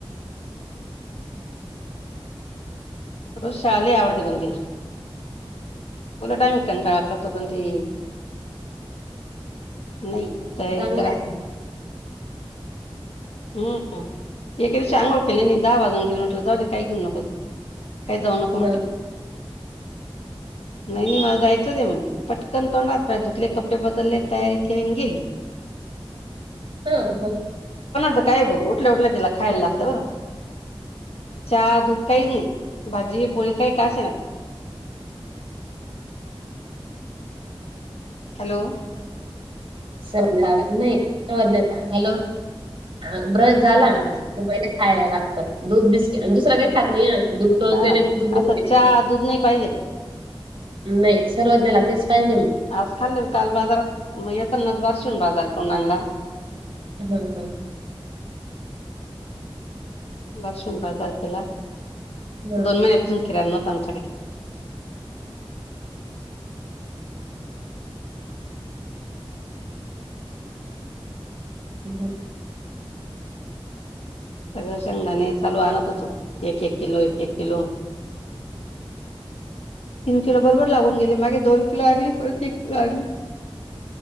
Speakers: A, on the left; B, on the right.
A: रोज शाळा लय आवडते पण तिला उलट आम्ही कंटाळा करतो पण, ती नही. तयारी
B: चांगलं
A: करा.
B: आहे
A: हम्म एके दिवशी अंघोळ केली नाही दहा वाजून गेले म्हटलं जाऊ दे काही घेऊ नको. काय जाऊ नको
B: मग
A: म्हटलं नही मला जायचंच ये म्हणली पटकन तोंड हात पाय धुतले कपडे बदलले तयारी केली अन् गेली.
B: हा हा
A: सकाळी बघ उठल्या उठल्या तिला खायला लागत बरं चहा दूध काही म्हण भाजी पोळी काही का असेना हॅलो
B: सोडणार नाही हॅलो हा ब्रश झाला
A: ह
B: खायला लागतं दूध बिस्किट आणि दुसरं काहीचं खात नाही ना दूध टोस्ट
A: हा
B: दयायला दूध
A: असं
B: पिते.
A: चहा दूध नाही पाहिजेल.
B: नाही सर्वज्ञला तेच पाहिजे म
A: आज खाल्ल होत आज बाजारात म येेतानाच बारशीहून बाजार करून आणला.
B: हो.
A: बार्शीहून बाजार केला
B: हा
A: दोन महिन्यापासून किराणा नव्हता आमच्याकडे
B: <unintelligible>
A: सगळं शेंगदाणे चालू आणत होतो एक एक किलो एक एक किलो तीन किलो बरोबर लागून गेले मागे दोन किलो आणले परत एक किलो आणले.